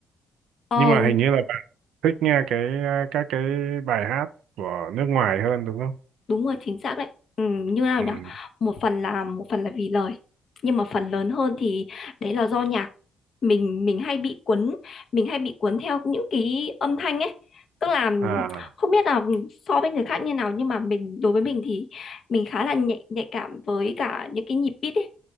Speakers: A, on the left (about 55°); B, on the right (about 80°).
A: ờ
B: nhưng mà hình như là bạn thích nghe cái à, các cái bài hát của nước ngoài hơn đúng không?
A: đúng rồi chính xác đấy ừ, như nào
B: Ừ.
A: nhỉ một phần là một phần là vì lời nhưng mà phần lớn hơn thì đấy là do nhạc mình mình hay bị cuốn mình hay bị cuốn theo những cái âm thanh ấy tức là
B: À
A: không biết là so với người khác như nào nhưng mà mình đối với mình thì mình khá là nhạy nhạy cảm với cả những cái nhịp beat ấy